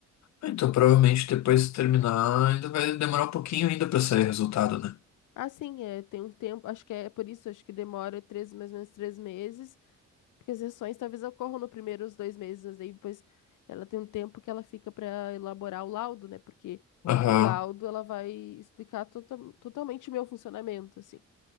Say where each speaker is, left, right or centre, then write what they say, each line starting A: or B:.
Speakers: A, on the left; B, on the left.
A: Então, provavelmente depois de terminar, ainda vai demorar um pouquinho ainda pra sair resultado, né?
B: Ah, sim, é, tem um tempo, acho que é por isso, acho que demora três, mais ou menos três meses, porque as sessões talvez ocorram no primeiro os dois meses, mas aí depois ela tem um tempo que ela fica para elaborar o laudo, né? Porque
A: Aham,
B: o laudo ela vai explicar total- totalmente o meu funcionamento, assim.